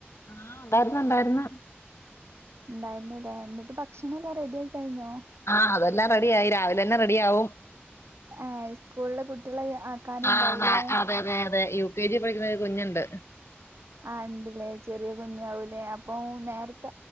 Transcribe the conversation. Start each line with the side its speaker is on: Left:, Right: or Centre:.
Left: ആ ഉണ്ടായിരുന്നു ഉണ്ടായിരന്ന്.
Right: ഉണ്ടായിരുന്നൂല്ലേ. എന്നിട്ട് ഭക്ഷണം എല്ലാം റെഡി ആയി കഴിഞ്ഞോ?
Left: ആ അതെല്ലാം റെഡി ആയി രാവിലെ തന്നെ റെഡി ആവും.
Right: ആ സ്കൂളിലെ കുട്ടികളെ ആക്കാനുണ്ടാവൂലേ
Left: ആ നാ അതെ അതെ അതെ യു കെ ജി പഠിക്കണ ഒരു കുഞ്ഞുണ്ട്.
Right: ആ ഇണ്ടല്ലേ ചെറിയ കുഞ്ഞാവൂലേ അപ്പം നേരെത്ത